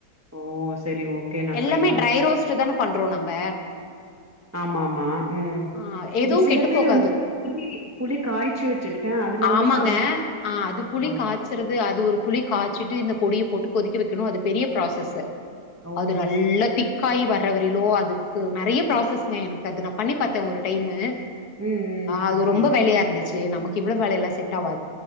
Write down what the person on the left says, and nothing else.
எல்லாமே
ட்ரை ரோஸ்ட்தான பண்றோ நம்ம
ஆ எதுவு
கெட்டு
போகாது
ஆமாங்க
ஆ அது
புளி காய்ச்சுறது அது ஒரு புளி காய்ச்சிட்டு இந்த பொடியு போட்டு கொதிக்க வெக்கணு அது பெரிய ப்ராசஸ்சு
அது நல்லா
திக்காயி வர்ரவரிலோ அது கு நெறைய ப்ராசஸ்ங்க எனக்கு அது நா பண்ணி பாத்தே ஒரு டைமு
அது
ரொம்ப வேலேயா இருந்து ச்சு நமக்கு இவ்ளோ வேலேயில்ல செட் ஆவா